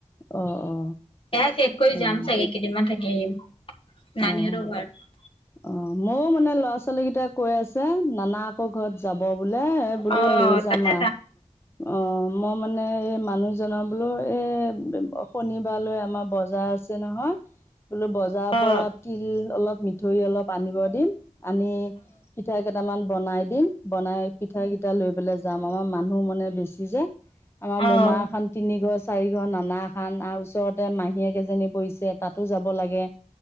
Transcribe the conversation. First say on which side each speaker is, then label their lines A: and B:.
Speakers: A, on the left; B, on the left.
A: অ অ
B: এয়া শেষ কৰি
A: অ',
B: যাম চাগে কেইদিনমান থাকি আহিম নানিহঁত
A: অ',
B: ঘৰত।
A: অ মইও মানে ল'ৰা ছোৱালী কেইটাই কৈ আছে নানা। ক ঘৰত যাব বোলে এ বোলো
B: অ
A: লৈ যাম
B: তাতে
A: আ। অ মই মানে এই মানুহ জনৰ বোলো এ শনিবাৰলৈ আমাৰ বজাৰ আছ। ছে নহয় বোলো বজাৰ
B: অ
A: পৰা তিল অলপ মি। ধই অলপ আনিব দিম আনি পিঠা কেইটামান বনাই দিম বনাই। পিঠা কেইটা লৈ পেলাই যাম আমাৰ মানুহ মানে বেছি যে আমাৰ মোমা
B: অ অ অ
A: এখন। তিনি ঘৰ চাৰি ঘৰ নানাখান আৰু ওচৰতে মাহীয়েকেইজনী পৰিছে তাতো যাব লাগে।